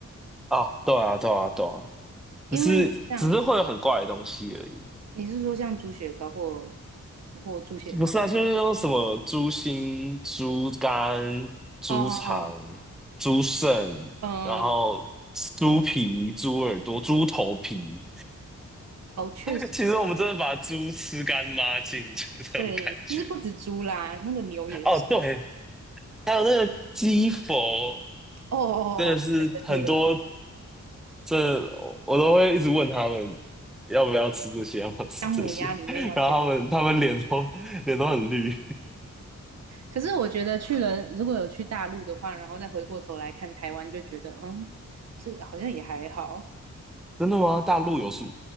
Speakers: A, in the centre; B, on the right (about 60°).
A: 啊，对啊，对啊，对啊，
B: 因为像
A: 只是只是会有很怪的东西而已。
B: 你是说像猪血糕或或猪血汤吗？
A: 不是啊，就是那种什么猪心、猪肝、猪肠、
B: 哦哦
A: 猪肾，
B: 哦，
A: 然后
B: 嗯，
A: 猪皮、猪耳朵、猪头皮。
B: 哦，确实，
A: <laughs> 其实我们真的把猪吃干抹净，就这种感觉。
B: 对，其实不止猪啦，那个牛也是。
A: 哦，对，还有那个鸡佛，
B: 哦哦哦，
A: 真的是很多，
B: 哦对对对对，
A: 这我都会一直问他们要不要吃这些，要不要吃这些，
B: 姜母鸭里面要加。
A: <laughs> 然后他们他们脸都脸都很绿。
B: 可是我觉得去了，如果有去大陆的话，然后再回过头来看台湾，就觉得嗯，其实好像也还好。
A: 真的吗？大陆有什么？